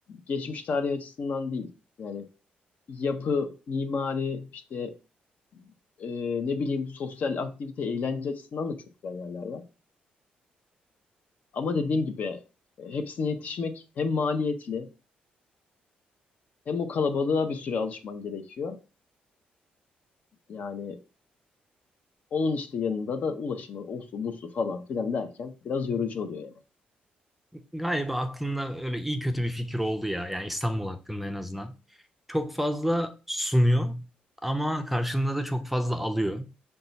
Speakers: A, on the left (about 50°); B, in the centre.
A: geçmiş tarihi açısından değil. Yani yapı, mimari, işte e, ne bileyim sosyal aktivite, eğlence açısından da çok güzel yerler var. Ama dediğim gibi e, hepsine yetişmek hem maliyetli hem o kalabalığa bir süre alışman gerekiyor. Yani onun işte yanında da ulaşımı, osu, busu falan filan derken biraz yorucu oluyor yani.
B: Galiba aklında öyle iyi kötü bir fikir oldu ya. Yani İstanbul hakkında en azından. Çok fazla sunuyor ama karşında da çok fazla alıyor.